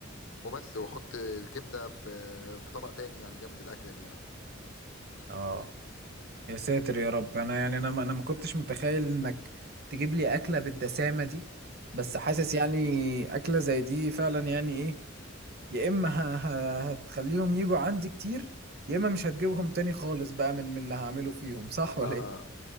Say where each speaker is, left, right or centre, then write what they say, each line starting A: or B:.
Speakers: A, on the left; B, on the right.
A: وبس وحط الكبدة في في طبق تاني يعني جنب الأكلة دي يعني
B: اه يا ساتر يا رب انا يعني انا ما انا ما كنتش متخيل انك تجيب لي اكله بالدسامه دي بس حاسس يعني اكله زي دي فعلا يعني ايه يا اما ه- ه- هتخليهم يجوا عندي كتير يا اما مش هتجيبهم تاني خالص بقى من من اللي هعمله فيهم صح ولا
A: اه
B: ايه